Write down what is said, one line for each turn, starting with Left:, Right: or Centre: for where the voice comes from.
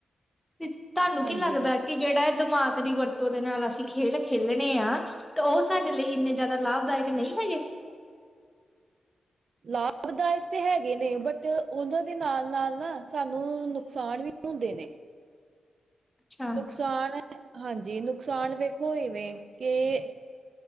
Centre: ਤੇ ਤੁਹਾਨੂੰ
Right: ਨੇ। ਹਾਂਜੀ
Centre: ਕੀ ਲੱਗਦਾ ਕਿ ਜਿਹੜਾ ਇਹ ਦਿਮਾਗ ਦੀ ਵਰਤੋਂ ਤੇ ਉਹਦੇ ਨਾਲ ਅਸੀਂ ਖੇਲ ਖੇਲਣੇ ਆ, ਤੇ ਉਹ ਸਾਡੇ ਲਈ ਇੰਨੇ ਜ਼ਿਆਦਾ ਲਾਭਦਾਇਕ ਨਹੀਂ ਹੈਗੇ।
Right: ਲਾਭਦਾਇਕ ਤੇ ਹੈਗੇ ਨੇ, ਬਟ ਉਹਨਾਂ ਦੇ ਨਾਲ-ਨਾਲ ਨਾ ਸਾਨੂੰ ਨੁਕਸਾਨ ਵੀ ਹੁੰਦੇ ਨੇ।
Centre: ਅੱਛਾ
Right: ਨੁਕਸਾਨ ਹਾਂਜੀ, ਨੁਕਸਾਨ ਵੇਖੋ ਇਵੇਂ, ਕਿ